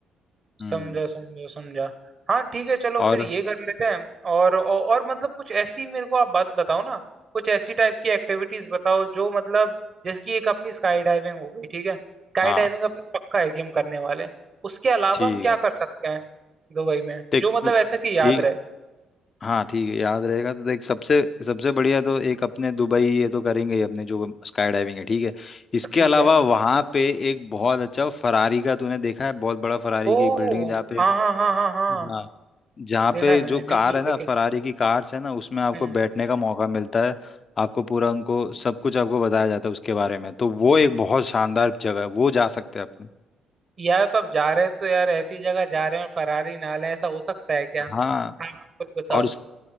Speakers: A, on the left; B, on the right.
A: हम्म
B: समझा समझा समझा हाँ ठीक है चलो
A: और
B: फिर ये कर लेते हैं और औ- और मतलब कुछ ऐसी मेरे को आप बात बताओ ना कुछ ऐसी टाइप की एक्टिविटीज बताओ जो मतलब जैसे कि एक अपनी स्काई डाइविंग हो गई ठीक है स्काई
A: हाँ
B: डाइविंग अपना पक्का है कि हम करने वाले हैं। उसके अलावा
A: ठीक
B: हम क्या
A: है
B: कर सकते हैं दुबई में
A: देख
B: जो मतलब
A: उ-
B: ऐसा कि याद
A: ठीक
B: रहे
A: हाँ ठीक है याद रहेगा तो देख सबसे सबसे बढ़िया तो एक अपने दुबई ये तो करेंगे ही अपने जो स्काई डाइविंग है ठीक है इसके
B: ठीक
A: अलावा
B: है
A: वहां पे एक बहुत अच्छा फरारी का तूने देखा है बहुत बड़ा फरारी
B: ओ
A: की बिल्डिंग जहाँ पे
B: हाँ हाँ हाँ हाँ हाँ
A: हाँ जहाँ
B: देखा
A: पे
B: है मैंने
A: जो कार
B: वीडियोस
A: है ना
B: देखे
A: फरारी की कार्स है ना उसमें आपको
B: हम्म
A: बैठने का मौका मिलता है आपको पूरा उनको सब कुछ आपको बताया जाता है उसके बारे में तो वो एक बहुत शानदार जगह है वो जा सकते हैं अपने
B: यार तो अब जा रहे हैं तो यार ऐसी जगह जा रहे हैं फरारी ना लें ऐसा हो सकता है क्या
A: हाँ
B: आप खुद बताओ
A: और इस